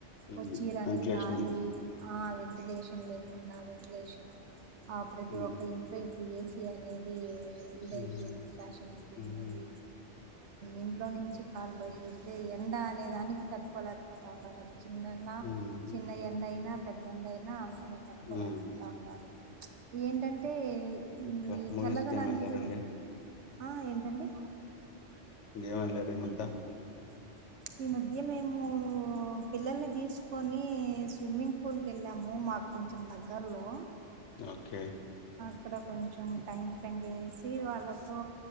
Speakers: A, on the left; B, on the right.
A: ఉమ్
B: వచ్చి రాని
A: వెంటిలేషన్
B: గాలి ఆ వెంటిలేషన్ లేకుండా వెంటిలేషను ఆ ప్రతి
A: ఉమ్
B: ఒక్కఇంట్లో ఇప్పుడు ఏసి అనేది ఇదియిపోయింది
A: ఉమ్
B: ఫ్యాషన్ అయిపోయింది
A: ఉమ్
B: అది ఇంట్లో నుంచి కాలు బయటప అతే ఎండ అనే దానికి తట్టుకోలేకపోతానారు అది చిన్నన్న
A: ఉమ్
B: చిన్న ఎండ అయినా పెద్దండ అయినా అసలు తట్టుకోలేకపోతా
A: ఉమ్
B: ఉన్నారు ఏంటంటే హ్మ్.
A: ఇంకా
B: ఈ
A: మూవీస్కి
B: చల్లదనానికి
A: ఏం వెళ్లారండి
B: ఆ ఏంటండి
A: ఎంవీల్లారిమ్ందా
B: <inaudible> ఈ మధ్య మేము పిల్లల్ని తీసుకొని స్విమ్మింగ్ పూల్కి వెళ్ళాము మాకు కొంచెం దగ్గరలో
A: ఓకే
B: ఇక్కడ కొంచెం టైమ్ స్పెండ్ చేసి వాళ్ళతో